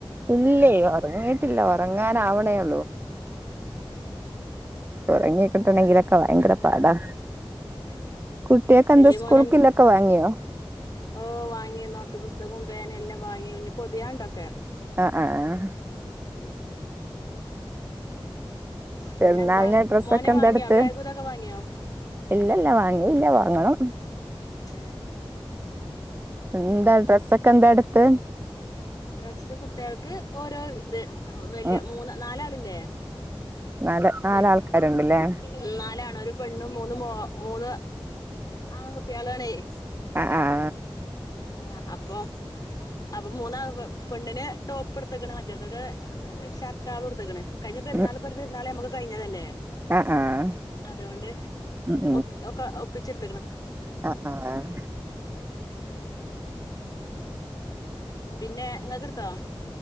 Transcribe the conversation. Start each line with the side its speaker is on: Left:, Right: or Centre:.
Right: ഇല്ലേ ഒറങ്ങീട്ടില്ല ഒറങ്ങാനാവണേ ഒള്ളൂ
Left: ഏഹ്
Right: ഒറങ്ങിക്കിട്ടണെങ്കിലൊക്കെ ഭയങ്കര പാടാ
Left: ഏഹ്
Right: കുട്ട്യേക്കെന്താ
Left: വല്യ
Right: സ്കൂൾക്കില്ലെക്കെ
Left: മോനെന്ത്
Right: വാങ്ങിയോ?
Left: ഓഹ് വാങ്ങി നോട്ട് പുസ്തകോം പേനേം എല്ലാം വാങ്ങി ഇനി പൊതിയണ്ടൊക്കെ.
Right: ആഹ് ആഹ് ആഹ്
Left: ഉം.
Right: പെര്ന്നാളിന്
Left: പിന്നെന്താ
Right: ഡ്രെസ്സൊക്കെ
Left: മോന്
Right: എന്താ
Left: വാങ്ങിയോ
Right: എട്ത്ത്?
Left: ബാഗും ഇതൊക്കെ വാങ്ങിയോ
Right: ഇല്ലല്ല വാങ്ങി ഇല്ല വാങ്ങണം.
Left: ഏഹ്
Right: പിന്നെന്താ
Left: ഉം
Right: ഡ്രസ്സൊക്കെ എന്താ എട്ത്തെ?.
Left: ഡ്രഗ്സ് കുട്ട്യാൾക്ക് ഓരോ ഇത് വല്ല്യേ
Right: ഉം
Left: മൂന്ന് നാലാളില്ലേ?
Right: നാല് നാലാൾക്കാരുണ്ടല്ലേ
Left: വേൽ ഉം നാലാണ്. ഒരു പെണ്ണും മൂന്ന് മോ മൂന്ന് ആ കുട്ട്യാളാണെയ്.
Right: ആഹ് ആഹ്
Left: ആഹ് അപ്പോം അപ്പൊ മൂന്നാ പെ പെണ്ണിന് ടോപ്പ് ഇട്ത്ത്ക്ക്ണ് മറ്റോൽക്കൊക്കെ ഷർട്ടാളും ഇട്ത്ത്ക്ക്ണ്. കയിഞ്ഞ പെര്ന്നാള്
Right: ഉം
Left: ഇപ്പൊര് പെര്ന്നാള് ഞമ്മക്ക് കയിഞ്ഞതല്ലേ?
Right: ആഹ് ആഹ്
Left: അതോണ്ട്
Right: ഉം
Left: ഒപ്പി ഒക്ക ഒപ്പിച്ചെട്ത്ത്ക്ക്ണ്.
Right: അഹ് ആഹ്.
Left: പിന്നെ ഇങ്ങക്ക് എട്ത്തോ?